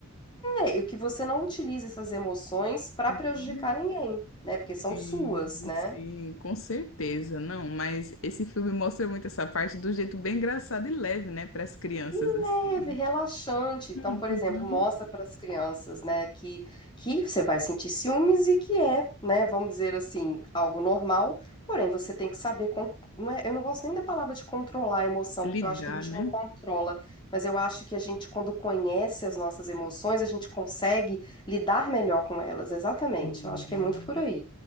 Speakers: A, on the left; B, on the left.
A: é, e que você não utilize essas emoções para prejudicar
B: Uhum.
A: ninguém, né? Porque são
B: Sim,
A: suas, né?
B: sim, com certeza, não, mas esse filme mostra muito essa parte do jeito bem engraçado e leve, né, para as crianças
A: E
B: assim.
A: leve, relaxante. Então,
B: Uhum.
A: por exemplo, mostra para as crianças, né, que, que você vai sentir ciúmes e que é, né, vamos dizer assim, algo normal, porém você tem que saber, con- não é- eu não gosto nem da palavra de controlar a emoção,
B: Lidar,
A: porque eu acho que a gente
B: né?
A: não controla, mas eu acho que a gente, quando conhece as nossas emoções, a gente consegue lidar melhor com elas, exatamente.
B: Hum.
A: Eu acho que é muito por aí.